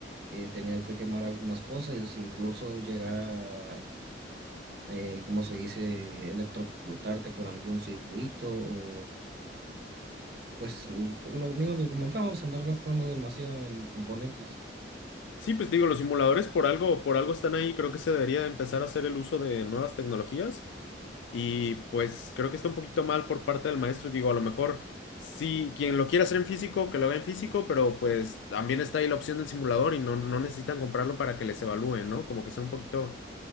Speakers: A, on the right; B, on the left.
A: eh, teniendo que quemar algunas cosas, e incluso llegar a eh, ¿cómo se dice?, electrocutarte con algún circuito o pues lo mismo que comentamos, andar gastando demasiado en componentes.
B: Sí, pues te digo, los simuladores por algo, por algo están ahí, creo que se debería empezar a hacer el uso de nuevas tecnologías. Y pues creo que está un poquito mal por parte del maestro. Digo, a lo mejor sí, quien lo quiera hacer en físico, que lo haga en físico, pero pues también está ahí la opción del simulador y no, no necesitan comprarlo para que les evalúen, ¿no? Como que sea un poquito,